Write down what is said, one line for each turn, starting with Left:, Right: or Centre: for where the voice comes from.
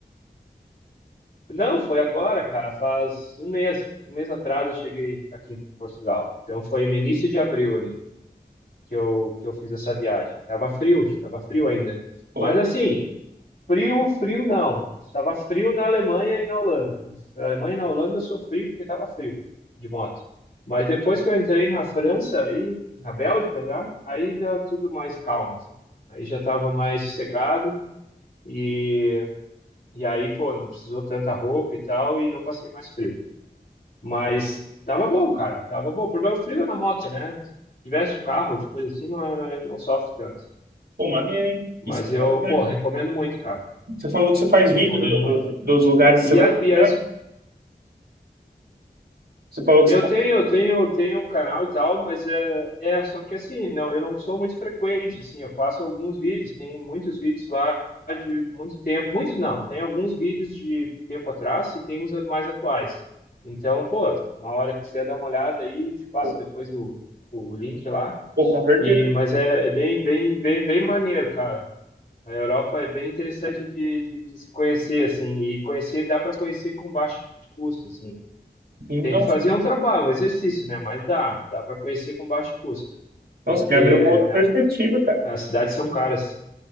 Left: não, foi agora, cara, faz um mês, um mês atrás eu cheguei aqui em Portugal. Então foi no início de abril ali que eu que eu fiz essa viagem. Tava frio, tava frio ainda.
Right: Pô,
Left: Mas assim, Frio, frio não. Estava frio na Alemanha e na Holanda. Na Alemanha e na Holanda eu sofri porque estava frio de moto. Mas depois que eu entrei na França e na Bélgica já, aí dá tudo mais calmo, assim. Aí já estava mais sossegado e, e aí, pô, não precisou tanta roupa e tal e não passei mais frio. Mas tava bom, cara, tava bom. O problema é frio é na moto, né? Se tivesse de carro, de coisa assim, não é, não é- não sofre tanto.
Right: pô, maneiro, hein?
Left: Mas
Right: E você
Left: eu,
Right: falou que
Left: pô, recomendo muito, cara.
Right: você falou que você faz vídeo
Left: Recomendo
Right: do-
Left: muito.
Right: do- dos lugares que
Left: E
Right: você vai
Left: a,
Right: visitando.
Left: e a
Right: Você falou que
Left: Eu
Right: você faz.
Left: tenho, eu tenho, eu tenho um canal e tal, mas é, é só que assim, não, eu não sou muito frequente, assim, eu faço alguns vídeos, tem muitos vídeos lá de muito tempo, muito não, tem alguns vídeos de tempo atrás e tem uns mais atuais. Então, pô, uma hora que quiser dar uma olhada aí, te passo
Right: Pô,
Left: depois o, o link lá.
Right: pô, com certeza.
Left: E, mas é, é bem, bem, bem, bem maneiro, cara. A Europa é bem interessante de, de, de se conhecer, assim, e conhecer, dá para conhecer com baixo custo, assim.
Right: E, nossa,
Left: Tem que fazer um trabalho, um exercício, né? Mas dá, dá para conhecer com baixo custo,
Right: nossa,
Left: porque,
Right: me abriu uma outra
Left: né?
Right: perspectiva, cara.
Left: As cidades são caras.